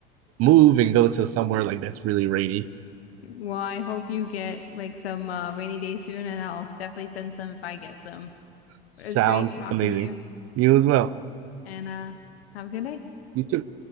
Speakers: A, on the right; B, on the left.
A: move and go to somewhere like that's really rainy.
B: Well, I hope you get like some uh, rainy day soon, and I'll definitely send some if I get some.
A: Sounds
B: But it was great talking
A: amazing.
B: to you,
A: You as well.
B: and uh, have a good day.
A: You too.